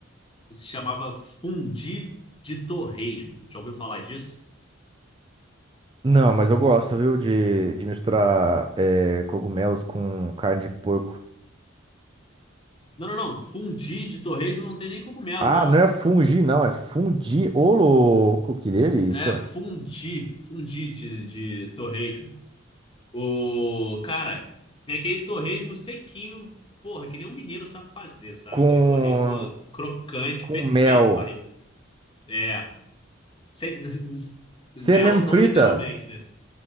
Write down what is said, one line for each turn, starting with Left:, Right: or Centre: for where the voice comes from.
Left: Se chamava fundi de torresmo. Já ouviu falar disso?
Right: Não, mas eu gosto, viu, de, de misturar é, cogumelos com carne de porco.
Left: Não, não, não. Fundi de torresmo não tem nem cogumelo,
Right: Ah,
Left: não.
Right: não é fungi, não, é fundi. Ô, louco, que delícia.
Left: É fundi. Fundi de, de torresmo. O cara, tem aquele torresmo sequinho. Porra, que nem um mineiro sabe fazer, sabe?
Right: Com,
Left: Aquele torresmo crocante,
Right: com
Left: perfeito.
Right: mel.
Left: Barri... É. Sem... <laughs>
Right: Você
Left: Mel,
Right: é mesmo
Left: não
Right: frita?
Left: literalmente, né?